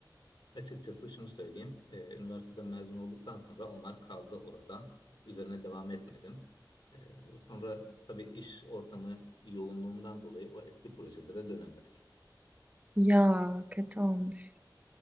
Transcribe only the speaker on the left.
Açıkçası şunu söyleyeyim. Ee, üniversiteden mezun olduktan sonra onlar kaldı orada. Üzerine devam etmedim. Ee, sonra tabii iş ortamı yoğunluğundan dolayı o eski projelere dönemedik.